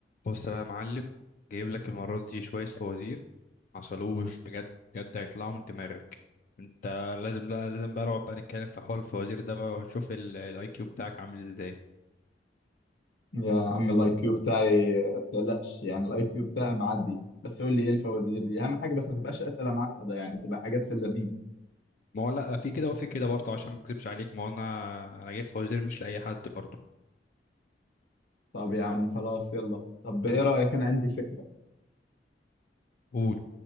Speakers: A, on the left; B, on the left.
A: بص بقى يا معلم جايب لك المرة دي شوية فوازير عسلوش بجد بجد هيطلعوا من دماغك انت لازم لا لازم بقى نقعد بقى نتكلم في حوار الفوازير ده بقى ونشوف الاي كيو بتاعك عامل ازاي
B: يا عم الاي كيو بتاعي ما تقلقش يعني الاي كيو بتاعي معدي بس قول لي ايه الفوازير دي اهم حاجه بس ما تبقاش اسئله معقده يعني تبقى حاجات في اللذيذ
A: ما هو لا في كده وفي كده برضه عشان ما اكذبش عليك ما هو انا انا جايب فوازير مش لأي حد برضه
B: طب يا عم خلاص يلا طب ايه رايك انا عندي فكره
A: قول